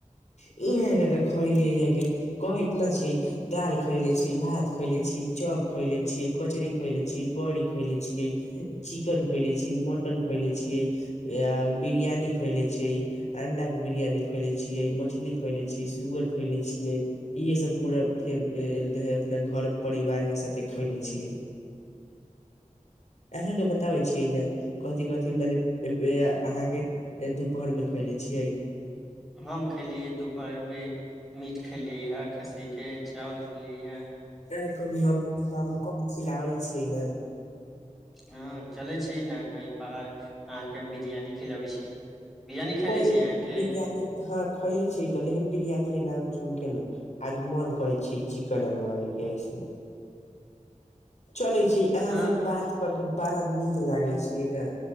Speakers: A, on the left (about 60°); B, in the centre.
A: इहाँके तऽ खयली इहाँके कहै न छी दाल खएले छी भात खएले छी चॉप खएले छी कचरी खइले छियै बड़ी खइले छियै चिकेन खइले छियै मटन खएले छियै या बिरियानी खइले छियै अंडा के बिरियानी खइले छी छियै मछली खइले छियै सुगर खइले छियै इहे सब पूरा फे ए-अपना घर परिवार के साथे खैले छियै
B: <inaudible>
A: अहाँके बताबै छियै ने कथि कथि मने वे-आ-अहाँके दुपहरमे खैइले छियै
B: हम खेलियैै दुपहरमे मीट खेलियै हे खस्सीके चावल खेलियै या
A: अरे कभी हम हम कभी खिलाबै छियै ने
B: हाँ चलै छै ने कहीं बाहर अहाँके हम बिरयानी खिलाबै छी बिरियानी खैले
A: कइ
B: छी अहाँके
A: बिरियानी हाँ खैले छियै तऽ लेकिन बिरियानी के नाम सुन केे नु आज मन करै छै चिकन बनबाबे के ऐसे चलै छी अहाँ
B: हँ
A: से बात करके बड़ा नीक लागे छियै ने